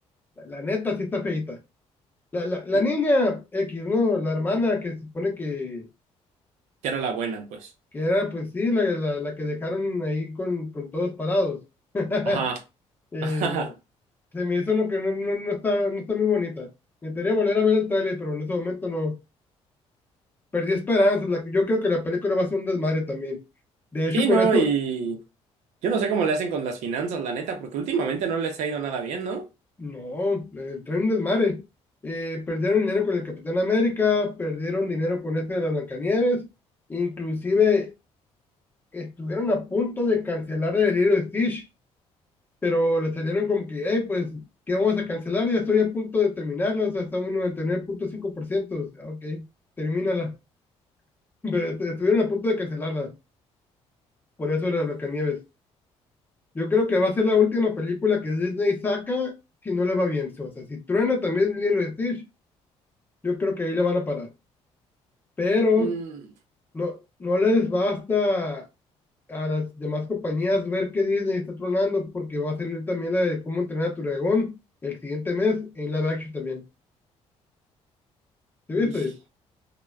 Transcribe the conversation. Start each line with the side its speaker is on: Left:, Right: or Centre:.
Left: La, la neta sí está feita. La, la, la
Right: que
Left: niña X, ¿no? La hermana que se supone que,
Right: era la buena, pues.
Left: que era, pues sí, la, la, la que dejaron ahí con, con todos parados. <laughs>
Right: Ajá,
Left: Eh,
Right: <laughs> ajá.
Left: no, se me hizo lo que no, no, no está, no está muy bonita. Me gustaría volver a ver el tráiler, pero en ese momento no. perdí esperanzas. La, yo creo que la película va a ser un desmadre también. De hecho,
Right: Sí,
Left: con
Right: ¿no?
Left: esto,
Right: Y yo no sé cómo le hacen con las finanzas, la neta, porque últimamente no les ha ido nada bien, ¿no?
Left: no, eh, traen un desmadre. Eh, perdieron dinero con el Capitán América, perdieron dinero con este de la Blancanieves, inclusive estuvieron a punto de cancelar el libro de Stitch, pero le salieron como que, hey, pues, ¿qué vamos a cancelar? Ya estoy a punto de terminarla o sea, estamos en noventa y nueve punto cinco por ciento o sea, ok, termínala. <laughs> Pero est- estuvieron a punto de cancelarla, por eso era de Blancanieves. Yo creo que va a ser la última película que Disney saca si no le va bien. O sea, si truena también Lilo y Stitch, yo creo que ahí le van a parar. Pero
Right: Mm,
Left: no, no les basta a las demás compañías ver que Disney está tronando porque va a salir también la de cómo entrenar a tu dragón el siguiente mes en live action también. ¿Sí
Right: ij.
Left: viste?